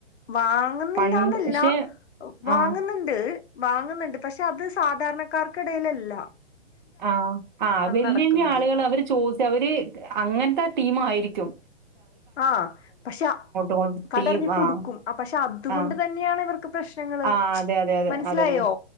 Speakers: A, on the left (about 70°); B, on the right (about 45°).
A: വാങ്ങുന്നില്ലാന്നെല്ല
B: പണ്ട് പക്ഷെ
A: വ് വാങ്ങുന്നുണ്ട്
B: ആഹ്
A: വാങ്ങുന്നുണ്ട് പക്ഷെ അത് സാധാര്ണക്കാർക്കിടയിലെല്ല
B: ആ ആ വല്യ
A: നടക്കുന്നത്
B: വല്യ ആളുകള് അവര് ചോദിച് അവര് അങ്ങൻതെ ടീം അയിരിക്കും
A: ആ പക്ഷെ
B: ഇങ്ങോട്ടും
A: കണ്ടറിഞ്ഞു
B: ടീം
A: കൊടുക്കും
B: ആഹ്
A: അ പക്ഷെ അതുകൊണ്ട്
B: ആഹ്
A: തന്നെയാണ് ഇവർക്ക് പ്രശ്നങ്ങള്
B: ആഹ് അതെ അതെ അതെ
A: മനസ്സിലായോ
B: അതന്നെ.